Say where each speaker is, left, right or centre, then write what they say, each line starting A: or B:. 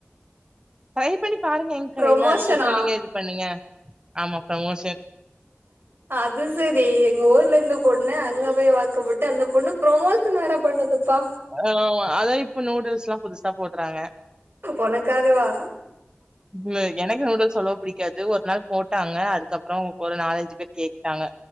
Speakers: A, on the right; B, on the right.
A: ட்ரை பண்ணி பாருங்க எங்க கடைல
B: ப்ரொமோஷனா
A: அதுக்கப்புறோ நீங்க இது பண்ணுங்க ஆமா ப்ரமோஷன்
B: அது செரி எங்க ஊர்ல இந்த பொண்ண அங்க போய் வாக்கப்பட்டு அந்த பொண்ணு ப்ரொமோஷன் வேற பண்ணதுப்பா
A: ஆமா அதா இப்ப நூடுல்ஸ்லா புதுசா போடுறாங்க
B: ஒனக்காகவா
A: ம் எனக்கு நூடுல்ஸ் அவ்ளோவா பிடிக்காது ஒரு நாள் போட்டாங்க அதுக்கப்புறோ ஒரு நாலஞ்சு பேர் கேட்டாங்க